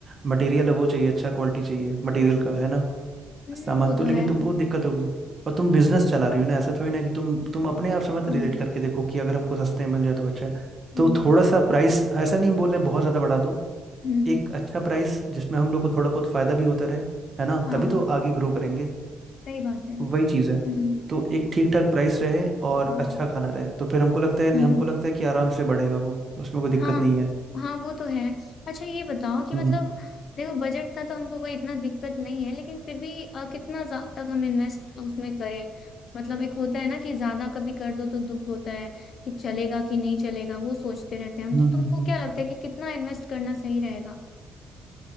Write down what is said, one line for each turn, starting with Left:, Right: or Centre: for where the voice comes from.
Right: मटेरियल है वो चाहिए अच्छा क्वालिटी चाहिए मटेरियल का है ना
Left: हम्म,
Right: सामान
Left: वो
Right: तो
Left: तो
Right: लेकिन
Left: है
Right: तुमको दिक्कत होगी और तुम बिजनेस चला रही हो ना ऐसा थोड़ी ना कि तुम तुम अपने आप से मत
Left: हम्म
Right: रिलेट करके देखो कि अगर हमको सस्ते में मिल जाए तो अच्छा है
Left: हम्म
Right: तो थोड़ा सा प्राइस ऐसा नहीं बोल रहे हैं बहुत ज़्यादा बढ़ा दो
Left: हम्म
Right: एक अच्छा प्राइस जिसमें हम लोग को थोड़ा बहुत फायदा भी होता रहे है ना
Left: हाँ
Right: तभी तो आगे ग्रो करेंगे
Left: सही बात है हम्म
Right: वही चीज़ है तो एक ठीक ठाक प्राइस रहे और
Left: हम्म
Right: अच्छा खाना रहे तो फिर हमको लगता है नहीं
Left: हम्म
Right: हमको लगता है कि आराम से बढ़ेगा वो उसमें कोई दिक्कत
Left: हाँ
Right: नहीं है
Left: हाँ वो तो है अच्छा ये बताओ कि
Right: हम्म
Left: मतलब देखो बजट का तो हमको कोई इतना दिक्कत नहीं है लेकिन फिर भी अ, कितना जा- तक हम इन्वेस्ट उसमें करें मतलब एक होता है ना कि ज्यादा कभी कर दो तो दुख होता है कि चलेगा कि नहीं चलेगा वो सोचते रहते हैं हम
Right: हम्म
Left: तो
Right: हम्म
Left: तुमको
Right: हम्म
Left: क्या लगता है कि कितना इन्वेस्ट करना सही रहेगा